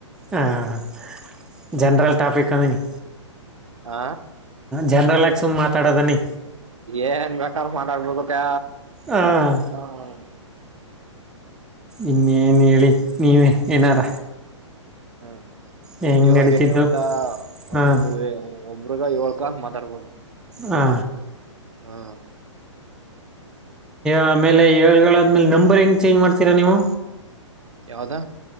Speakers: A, in the centre; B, on the right.
A: ಹಾಂ ಜನರಲ್ ಟಾಪಿಕ್ ಅಂದಿ
B: ಆ
A: ಜನರಲ್ಕ ಸುಮ್ನೆ ಮಾತಾಡೋದನಿ
B: ಏನ್ ಬೇಕ ಮಾಡತಬದು ಕ
A: ಹಾಂ
B: ಹ <inaudible>
A: ಇನ್ನೇನು ಹೇಳಿ ನೀವೇ ಏನಾರ
B: ಹ್ಮ
A: ಹೆಂಗೆ
B: ಇವಾಗ
A: ನಡೀತಿದ್ದು
B: ಹೆಂಗಗೆ ಗತ್ತಾ
A: ಹಾಂ
B: ಒಂದು ಒಬ್ರಗ ಏಳ್ ಕಾಲ್ ಮಾತಾಡ್ಬೋದು
A: ಹ
B: ಹಾ
A: ಆಮೇಲೆ ಏಳದ್ಮೇಲೆ ನಂಬರ್ ಹೆಂಗ್ ಚೇಂಜ್ ಮಾಡ್ತೀರಾ ನೀವು
B: ಯಾವದಾ